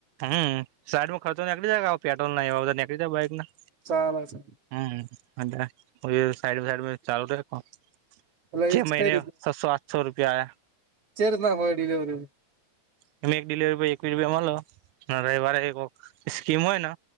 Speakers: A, on the right (about 85°); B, on the right (about 55°).
A: હમ્મ સાઈડમાં ખર્ચો નેકળી જાય આવો પેટ્રોલ ના એ નીકળી જાય બાઈક ના.
B: ચાલે છે.
A: હમ્મ અત્યાર પહિ સાઈડ સાઈડ ચાલુ રહે કામ.
B: એટલે
A: જે
B: એ
A: મહિને
B: કઈ
A: છસો સાતસો રૂપિયા આયા.
B: ચેર્જ ના હોય ડીલિવરીમ
A: તમે એક ડિલવરી એકવીસ રૂપિયા મલ રવિવારે કોક સ્કીમ હોય ને